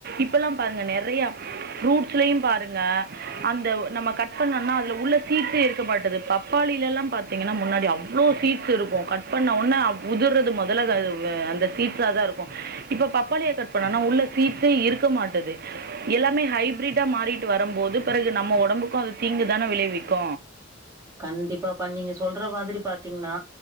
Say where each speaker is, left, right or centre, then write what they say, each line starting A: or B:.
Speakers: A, on the right; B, on the right.
A: இப்ப எல்லாம் பாருங்க நெறைய ஃப்ரூட் எப்யும் பாருங்க அந்த ஒரு கட் பண்ணா அதுல உள்ள சீட்ஸ்சே இருமாட்டகுது பப்பாளில முன்னாடி அவ்ளவு சீட்ஸ் இருக்கும் கட் பண்ணஉன்ன உதர்றது முதல ஹா அந்த சீட்ஸ்ஹாத இருக்கும் இப்ப பப்பாளிய கட் பண்ணா சீட்ஸ் இருக்க மாட்டது எல்லாமே ப்ரிடா மாறிட்டு வரும்போது பிறகு நம்ம ஒடம்புக்கும் அது தீங்குதான விளைவிக்கு
B: கண்டிப்பாப்பா நீங்க சொல்ற மாதிரி பாத்தீங்னா